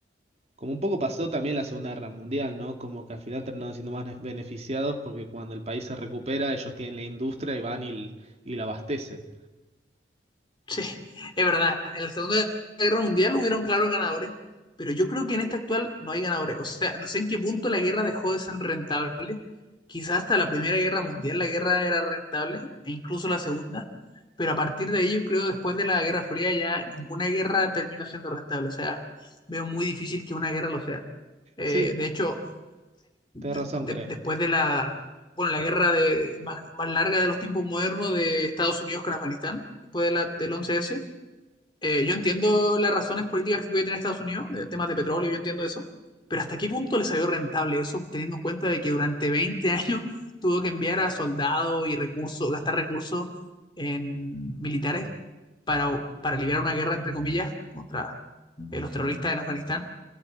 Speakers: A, on the right (about 35°); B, on the left (about 25°).
A: Como un poco pasó también la Segunda Guerra Mundial, ¿no? Como que al final terminaron siendo más ne- beneficiados porque cuando el país se recupera, ellos tienen la industria y van y, l- y la abastecen.
B: Sí, es verdad. En la Segunda Guerra Mundial hubieron claros ganadores, pero yo creo que en esta actual no hay ganadores. O sea, no sé en qué punto la guerra dejó de ser rentable. Quizás hasta la Primera Guerra Mundial la guerra era rentable, e incluso la Segunda, pero a partir de ahí yo creo después de la Guerra Fría ya ninguna guerra terminó siendo rentable. O sea, veo muy difícil que una guerra lo sea. Eh,
A: Sí,
B: de hecho, de-
A: tenés razón,
B: de-
A: creo.
B: después de la, bueno, la guerra de, más, más larga de los tiempos modernos de Estados Unidos con Afganistán, después de la, del once s eh, yo entiendo las razones políticas que puede tener Estados Unidos, de temas de petróleo, yo entiendo eso, pero ¿hasta qué punto le salió rentable eso, teniendo en cuenta de que durante 20 <laughs> años tuvo que enviar a soldados y recursos, gastar recursos en militares para, para liberar una guerra, entre comillas, contra eh, los terroristas en Afganistán?